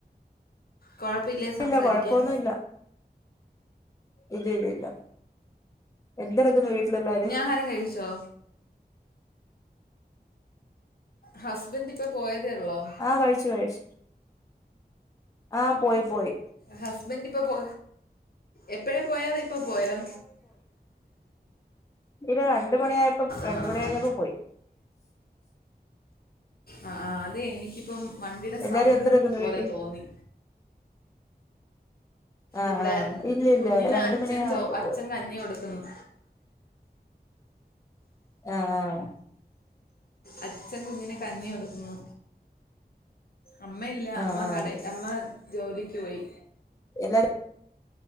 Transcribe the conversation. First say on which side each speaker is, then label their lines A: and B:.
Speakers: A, on the left (about 65°); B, on the left (about 20°).
A: കൊഴപ്പല്ലേ സംസാരിക്കാൻ
B: ഇല്ല കൊഴപ്പൊന്നുമില്ല ഇല്ല ഇല്ല ഇല്ല എന്ത എടുക്കുന്നെ വീട്ടിലെല്ലാരും
A: ആഹാരം കഴിച്ചോ ഹസ്ബൻഡ് ഇപ്പൊ പോയതേ ഒള്ളോ
B: ആഹ് കഴിച്ചു കഴിച്ചു ആഹ് പോയി പോയി
A: ഹസ്ബൻഡ് ഇപ്പൊ പോ എപ്പഴാ പോയാത ഇപ്പൊ പോയൊ
B: ഇത് രണ്ട് മണി ആയപ്പോ രണ്ട്
A: ആ
B: മണി കഴിഞ്ഞപ്പോ
A: ആ
B: പോയി
A: ആ ആ അതെ എനിക്കിപ്പം വണ്ടിടെ
B: എല്ലാരും
A: സൗണ്ട്
B: എന്തെടുക്കുന്നു
A: പോലെ
B: വീട്ടിൽ
A: തോന്നി
B: ആഹ്
A: ഇവിടെ
B: ആഹ് ഇല്ല ഇല്ല
A: കുഞ്ഞിന്
B: രണ്ട്
A: അച്ഛൻ
B: മണിയായപ്പോ
A: ചൊ അച്ഛൻ
B: പോയി
A: കഞ്ഞി കൊടുക്ക്‌ന്ന്
B: ആഹ് ആ
A: അച്ഛൻ കുഞ്ഞിന് കഞ്ഞി കൊടുക്കുന്നു അമ്മയില്ല
B: ആഹ്
A: അമ്മ
B: ആഹ്
A: കടെ അമ്മ ജോലിക്ക് പോയി
B: എല്ലാരും